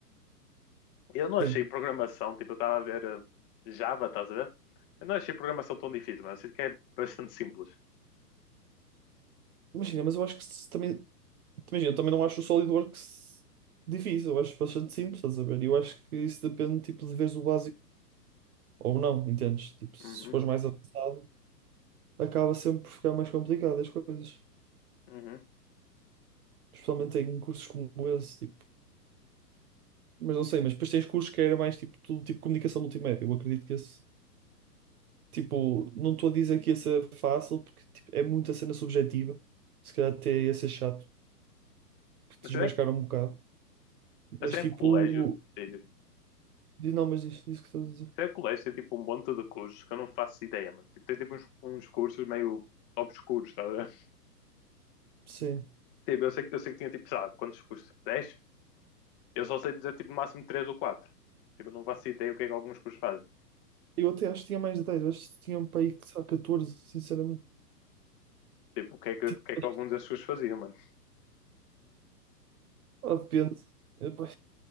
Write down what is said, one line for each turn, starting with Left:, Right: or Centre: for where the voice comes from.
Left: Eu não achei
Right: Sim.
Left: programação, tipo, eu estava a ver eh, Java, estás a ver? Eu não achei programação tão difícil, mas eu sinto que é bastante simples.
Right: Imagina, mas eu acho que se também. Imagina, eu também não acho o SolidWorks difícil, eu acho bastante simples, estás a ver? E eu acho que isso depende tipo de veres o básico ou não, entendes? Tipo, se
Left: Uhum,
Right: fores mais avançado, acaba sempre por ficar mais complicado as coisas.
Left: uhum.
Right: Especialmente em cursos como esse, tipo. Mas não sei, mas depois tens cursos que era mais tipo, tudo tipo comunicação multimédia. Eu acredito que esse, tipo, não estou a dizer que ia ser fácil, porque tipo, é muita cena subjetiva. Se calhar até ia ser chato, que te
Left: Mas se
Right: desmascaram
Left: é,
Right: um bocado.
Left: mas
Right: Mas
Left: se é
Right: tipo,
Left: colégio, dizes,
Right: diz- não, mas diz, diz o que estás a dizer.
Left: se é colégio, tem tipo um monte de cursos que eu não faço ideia, mano. Tipo, tem tipo uns, uns cursos meio obscuros, estás a ver?
Right: Sim.
Left: Tipo, eu sei, que- eu sei que tinha tipo, sabe, quantos cursos? Tipo, 10? Eu só sei dizer tipo no máximo 3 ou 4. Tipo, eu não faço ideia o que é que alguns cursos fazem.
Right: Eu até acho que tinha mais de 10, acho que tinha um para aí que só catorze sinceramente.
Left: Tipo, o que é que,
Right: Tipo,
Left: o que é que
Right: mas,
Left: alguns desses cursos faziam, mano.
Right: ah, depende. Epá,